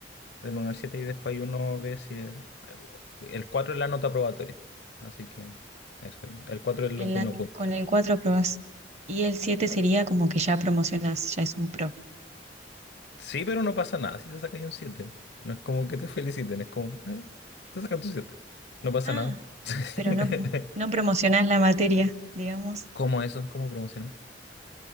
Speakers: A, on the left; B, on the right.
A: Del uno al 7 y después ahí uno ve si... eh, El 4 es la nota aprobatoria Así que eso. ahí. El 4 es lo
B: En
A: que
B: la,
A: uno apunta.
B: con el 4 aprobás. Y el siete
A: Claro.
B: sería como que ya promocionás, ya es un pro.
A: Sí, pero no pasa nada si te sacas un siete, No es como que te feliciten, es como, "Eh, te sacas tu 7, No pasa
B: Ah,
A: nada. <laughs>
B: pero no, no promocionás la materia, digamos.
A: ¿Cómo eso? ¿Cómo promocionar?